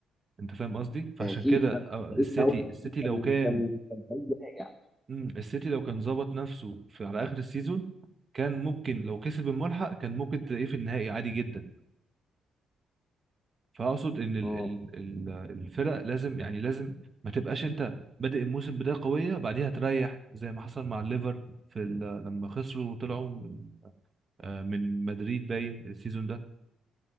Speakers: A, on the right; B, in the centre.
A: انت فاهم قصدي فعشان
B: ده اكيد
A: كده
B: ده
A: آه، السيتي
B: لسه أول-
A: السيتي
B: كان
A: لو كان
B: كان كان فريق راجع.
A: مم، السيتي لو كان ظبط نفسه في على اخر السيزون كان ممكن لو كسب الملحق كان ممكن تلاقيه في النهائي عادي جدا فاقصد ان ال
B: اه
A: ال ال الفرق لازم يعني لازم ما تبقاش انت بادئ الموسم بدايه قويه بعديها تريح زي ما حصل مع الليفر في ال- لما خسروا وطلعوا من آه، من مدريد باين السيزون ده